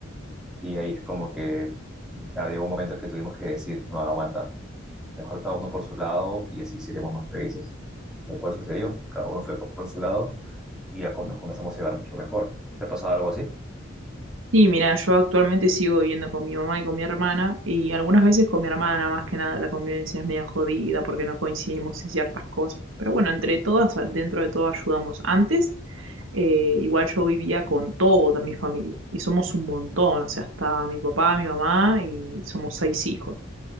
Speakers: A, in the centre; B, on the right.
A: Y ahí es como que había un momento que tuvimos que decir, no, aguanta, mejor cada uno por su lado y así seríamos más felices. Tal cual sucedió, cada uno fue por su lado y ya com- nos comenzamos a llevar mucho mejor. ¿Te ha pasado algo así?
B: Sí, mira, yo actualmente sigo viviendo con mi mamá y con mi hermana, y algunas veces con mi hermana, más que nada, la convivencia es media jodida porque no coincidimos en ciertas cosas. Pero bueno, entre todas, dentro de todo ayudamos. Antes, eh, igual yo vivía con toda mi familia, y somos un montón, o sea, hasta mi papá, mi mamá, y somos seis hijos.